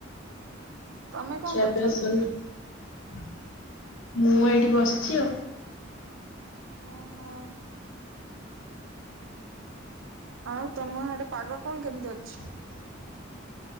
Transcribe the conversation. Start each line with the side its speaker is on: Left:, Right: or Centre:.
Right: ତମେ କଣ
Left: ଖିଆପିଆ
Right: କରୁଛ?
Left: ସରିଲା। <inaudible> ମୁଁ ଏଇଠି ବସିଛି ଆଉ।
Right: ଓହୋ ଆଉ ତମ ଆଡେ ପାଗ କଣ କେମିତି ଅଛି?
Left: <inaudible>